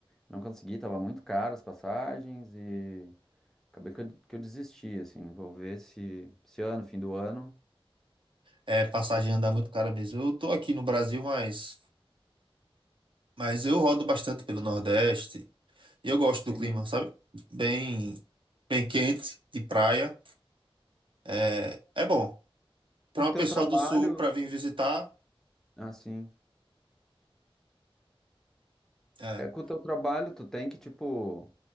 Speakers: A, in the centre; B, on the right.
A: Não consegui, tava muito caro as passagens e. Acabei que eu, que eu desisti, assim. Vou ver se esse ano, fim do ano.
B: É, passagem anda muito cara mesmo. Eu tô aqui no Brasil, mas mas eu rodo bastante pelo Nordeste. Eu gosto
A: Sim.
B: do clima, sabe? Bem, bem quente, de praia. É, é bom. Para
A: Com o
B: uma
A: teu
B: pessoa
A: trabalho,
B: do sul, para vir visitar,
A: assim.
B: é,
A: É, com o teu trabalho, tu tem que, tipo,